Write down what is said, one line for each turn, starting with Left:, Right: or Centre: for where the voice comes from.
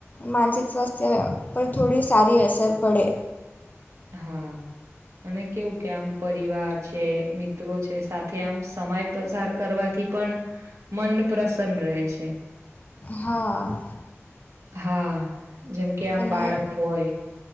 Left: માનસિક સ્વાસ્થ્ય પર થોડી સારી અસર પડે.
Right: હા. મ કેવું કે આમ પરિવાર છે મિત્રો છે સાથે આમ સમય પસાર કરવાથી થી પણ, મન પ્રસન્ન રહે છે.
Left: હા.
Right: હા જેમ કે આમ
Left: અને
Right: બાળક હોય